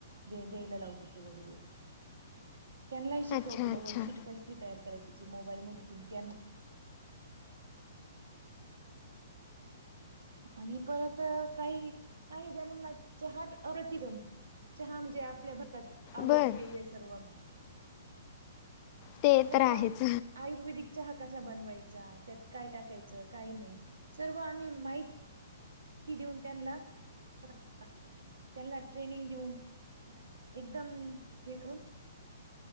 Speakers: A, on the right; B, on the left.
A: दे द्यायला लावतो वगैरे. त्यांनाही शिकवलं
B: अच्छा अच्छा
A: वर्कशीट कशी तयार करायची? मोबाईलमधून कॅन आणि परत काही काही जणांना चहाट अती जम चहा म्हणजे आपल्या भारतात आवडतेय
B: बरं
A: सर्व
B: ते
A: त्याला
B: तर आहेच.
A: आयुर्वेदिक चहा कसा बनवायचा त्यात काय टाकायच काही सर्व आम्ही माहि देऊन त्यांना त्यांना ट्रेनिंग देऊन एकदम हे कोण?